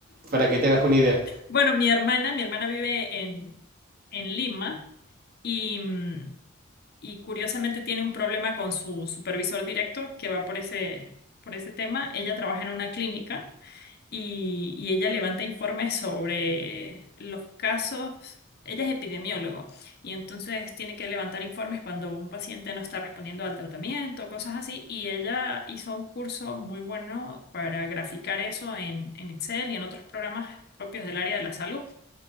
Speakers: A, on the right; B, on the left.
A: para que te hagas una idea.
B: Bueno, mi hermana, mi hermana vive en, en Lima y, mm, y curiosamente tiene un problema con su supervisor directo que va por ese, por ese tema. Ella trabaja en una clínica y, y ella levanta informes sobre los casos. Ella es epidemiólogo y entonces tiene que levantar informes cuando un paciente no está respondiendo al tratamiento, cosas así. Y ella hizo un curso muy bueno para graficar eso en, en Excel y en otros programas propios del área de la salud.